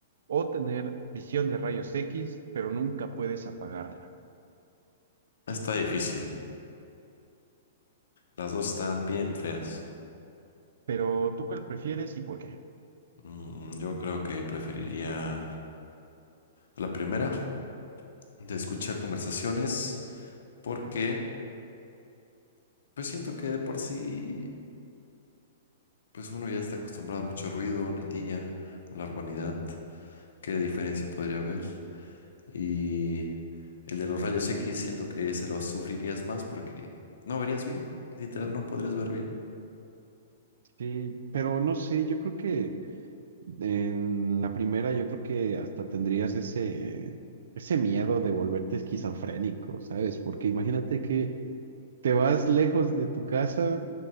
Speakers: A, on the right; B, on the left.
A: ¿O tener visión de rayos X, pero nunca puedes apagarla?
B: está difícil. Las dos están bien feas.
A: Pero ¿tú cuál prefieres y por qué?
B: Mm, yo creo que preferiría a la primera, de escuchar conversaciones, porque pues siento que de por sí, pues uno ya está acostumbrado a mucho ruido en el día, a la urbanidad, qué diferencia podría haber. Y el de los rayos X siento que ese lo sufrirías más porque no verías bien, literal no podrías ver bien.
A: Sí, pero no sé, yo creo que en la primera, yo creo que hasta tendrías ese, ese miedo de volverte esquizofrénico, ¿sabes? Porque imagínate que te vas lejos de tu casa